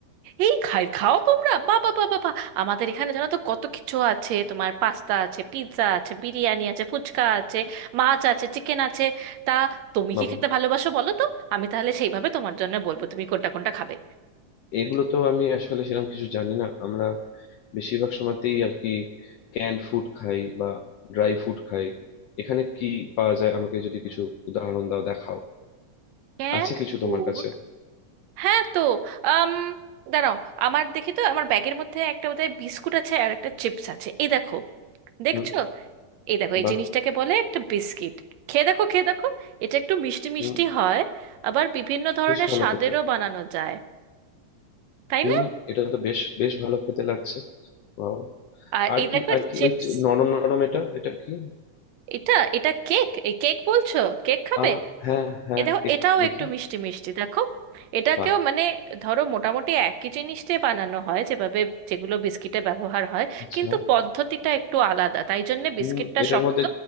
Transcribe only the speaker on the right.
এই খাই খাও তোমরা বাবা বাবা বা বা বা, আমাদের এখানে জানো তো কত কিছু আছে তোমার পাস্তা আছে পিৎজা আছে বিরিয়ানি আছে ফুচকা আছে মাছ আছে চিকেন আছে তা তুমি
কি খেতে ভালোবাসো বলো তো আমি তাহলে সেইভাবে তোমার জন্য বলবো তুমি কোনটা কোনটা খাবে
Can
food
হ্যাঁ তো আম দাঁড়াও আমার দেখি তো আমার ব্যাগের মধ্যে একটা বোধহয় বিস্কুট আছে আর একটা চিপস আছে এই দেখো দেখছো
এই দেখো এই
জিনিসটাকে বলে একটা বিস্কিট খেয়ে দেখো খেয়ে দেখো এটা একটু মিষ্টি মিষ্টি
হয় আবার বিভিন্ন ধরনের
স্বাদেরও
বানানো যায় তাই
না
আর
এই
দেখো
এটা
চিপস
এটা এটা কেক এই কেক বলছো কেক খাবে
এ দেখো
এটাও
একটু মিষ্টি মিষ্টি দেখো এটাকেও
মানে ধরো মোটামুটি একই জিনিস দিয়ে বানানো হয় যেভাবে যেগুলো বিস্কিটে ব্যবহার হয়
কিন্তু পদ্ধতিটা একটু আলাদা তাই জন্য বিস্কিটটা
শক্ত